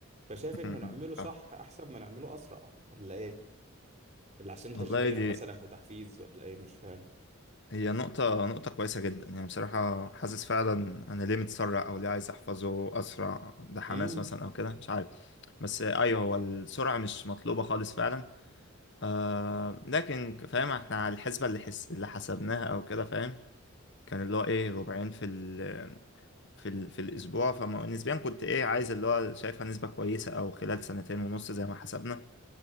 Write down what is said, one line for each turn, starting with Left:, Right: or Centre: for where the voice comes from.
Right: فشايف انه
Left: إمم،
Right: نعمله
Left: إمم.
Right: صح
Left: فاهم
Right: احسن ما نعمله اسرع ولا ايه ولا عشان تشجيع
Left: والله دي
Right: مثلا وتحفيز ولا ايه مش فاهم
Left: هي نقطة نقطة كويسة جدا يعني بصراحة حاسس فعلا أنا ليه متسرع أو ليه عايز أحفظه أسرع ده حماس
Right: امم
Left: مثلا أو كده مش عارف بس أيوه هو السرعة مش مطلوبة خالص فعلا آه لكن فاهم احنا على الحسبة اللي حس... اللي حسبناها او كده فاهم كان اللي هو ايه ربعين في ال... في ال... في الاسبوع فنسبيا كنت ايه عايز اللي هو شايفها نسبة كويسة او خلال سنتين ونص زي ما حسبنا